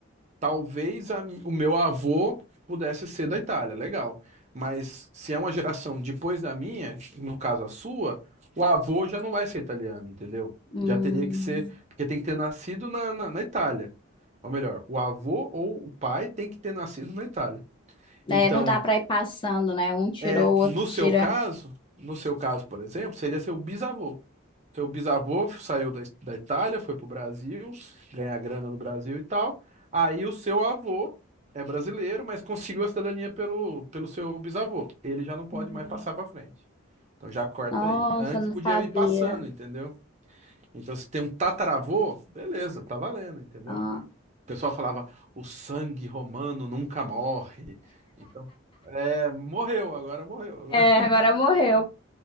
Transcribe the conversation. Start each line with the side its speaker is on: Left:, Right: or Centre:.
Right: Talvez a mi- o meu avô pudesse ser da Itália, legal. Mas se é uma geração depois da minha, no caso a sua, o avô já não vai ser italiano, entendeu?
Left: Hum,
Right: Já teria que ser, porque tem que ter nascido na, na, na Itália. Ou melhor, o avô ou o pai tem que ter nascido na Itália. Então,
Left: é, não dá para ir passando, né? Um tirou,
Right: é,
Left: o outro
Right: no
Left: tira.
Right: seu caso, no seu caso, por exemplo, seria seu bisavô. Seu bisavô saiu da, da Itália, foi pro Brasil, ganhar grana no Brasil e tal. Aí o seu avô é brasileiro, mas conseguiu a cidadania pelo, pelo seu bisavô. Ele já não pode
Left: Hum.
Right: mais passar pra frente. Então já corta
Left: Nossa,
Right: aí. Antes
Left: não
Right: podia
Left: sabia.
Right: ir passando, entendeu? Então se tem um tataravô, beleza, tá valendo, entendeu?
Left: Ah.
Right: O pessoal falava, o sangue romano nunca morre. Então, é, morreu, agora morreu, <laughs> agora,
Left: É,
Right: agora
Left: agora
Right: não
Left: morreu.
Right: tem mais.